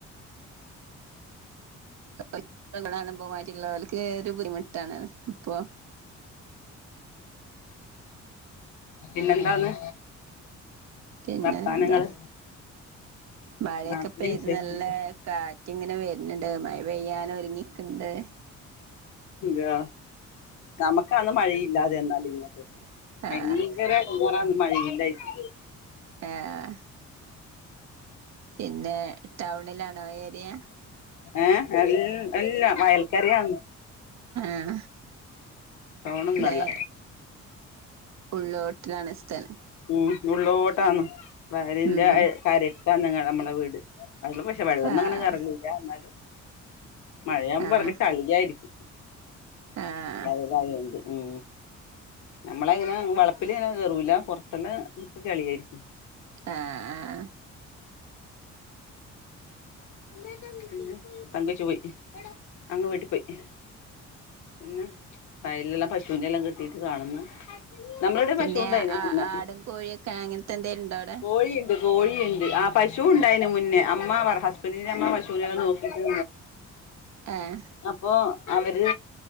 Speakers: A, on the right (about 60°); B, on the left (about 75°).
A: <unintelligible> കാണുമ്പോ ബാക്കിയിള്ളോർക്ക് ഒരു ബുദ്ധിമുട്ടാണ് അപ്പൊ,
B: പിന്നെന്താന്ന്
A: പിന്നെ
B: വർത്താനങ്ങള്
A: എന്താ മഴയൊക്കെ
B: നാട്ടിലെ
A: പെയ്ത്
B: വിശേഷങ്ങള്
A: നല്ല കാറ്റ്ങ്ങനെ വെര്ന്ണ്ട് മഴ പെയ്യാനൊരുങ്ങിക്ക്ണ്ട്
B: ഇണ്ടോ? നമുക്കാന്ന് മഴയില്ലാതെയെന്നാല്ള്ളത് ഭയങ്കര
A: ആഹ്
B: എടങ്ങേറാന്ന് മഴയില്ലേറ്റ്
A: ആഹ് പിന്നെ ടൗണിലാണോ ഏരിയ?
B: ഏഹേ? എൽ എല്ലാ വയൽക്കരെയാന്ന്
A: ആണ്
B: ടൗണൊന്നല്ല
A: ഇബടെ ഉള്ളോട്ടിലാണ് സ്ഥലം
B: ഉം ഉള്ളോട്ടാന്ന് വയല്ൻ്റെ
A: ഉം
B: കരക്കാന്ന് നമ്മളെ വീട് <unintelligible> ഇല്ല്യ വെള്ളൊന്നും
A: ആഹ്
B: അങ്ങനെ കേറലില്ല ഇന്നാലും മഴയാമ്പോ
A: ആഹ്
B: നിറച്ച് ചളിയായിരിക്കും
A: ആഹ്
B: വയലായോണ്ട് ഉം നമ്മളയ്നാ വളപ്പിലിങ്ങനെ കേറൂല പെറത്തെല്ലാം ചളിയായിരിക്കും
A: ആഹ് ആഹ്
B: പിന്നെ പിന്നെ വയല്ള്ള പശുനെല്ലാം കേട്ടീട്ട് കാണ്ന്ന് നമ്മള്ടെ
A: പിന്നെ
B: പശുണ്ടായിന്
A: ആ
B: മുന്നേ
A: ആടും കോഴിയൊക്കെ അങ്ങനത്തെ എന്തേലും ഉണ്ടോ അവിടെ?
B: കോഴീണ്ട് കോഴിയ്ണ്ട് ആ പശുണ്ടായിന് മുന്നേ അമ്മ അവർ ഹ സ്ബൻഡിന്റമ്മ പശൂനെല്ലം നോക്കീട്ട്
A: ഏഹ്
B: അപ്പൊ അവര്